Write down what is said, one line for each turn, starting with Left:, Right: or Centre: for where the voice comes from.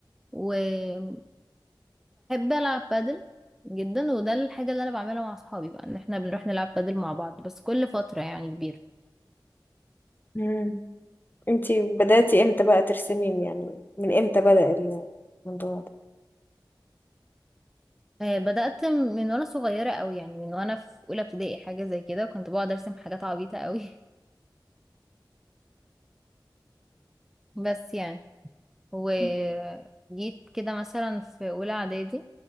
Centre: وبحب ألعب بادل جدا وده الحاجة اللي أنا بعملها مع أصحابي بقى إن إحنا بنروح نلعب بادل مع بعض بس كل فترة يعني كبيرة
Left: مم. انتي بدأتي امتى بقى ترسمي يعني من امتى بدأ ال- الموضوع
Centre: آه، بدأت من وأنا صغيرة أوي يعني من وأنا في أولى ابتدائي حاجة زي كده كنت بقعد أرسم حاجات عبيطة أوي <laughs> بس يعني وجيت
Left: ده
Centre: كده مثلا في أولى إعدادي